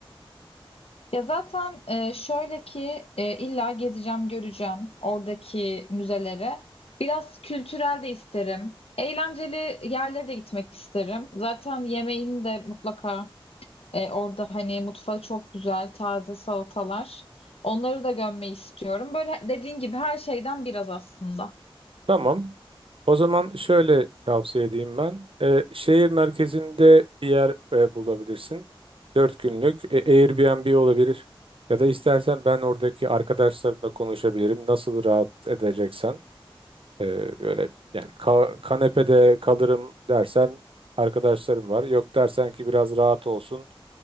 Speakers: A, on the left; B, on the right.
A: Ya zaten e, şöyle ki e, illa gezeceğim, göreceğim oradaki müzelere. Biraz kültürel de isterim. Eğlenceli yerlere de gitmek isterim. Zaten yemeğini de mutlaka e, orada hani mutfağı çok güzel, taze salatalar. Onları da görmeyi istiyorum. Böyle dediğin gibi her şeyden biraz aslında.
B: Tamam. O zaman şöyle tavsiye edeyim ben. Ee, şehir merkezinde bir yer e, bulabilirsin. Dört günlük e, Airbnb olabilir. Ya da istersen ben oradaki arkadaşlarımla konuşabilirim. Nasıl rahat edeceksen. Ee, böyle yani ka- kanepede kalırım dersen arkadaşlarım var. Yok dersen ki biraz rahat olsun.